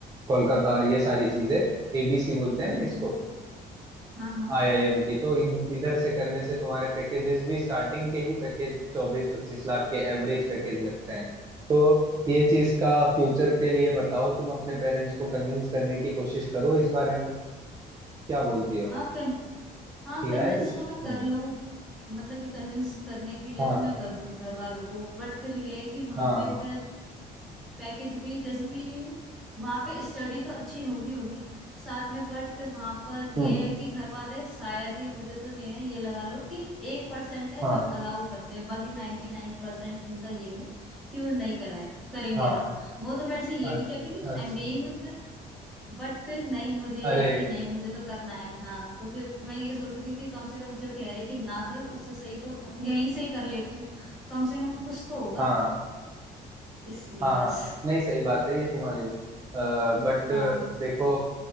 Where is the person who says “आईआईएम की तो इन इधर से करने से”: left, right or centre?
Right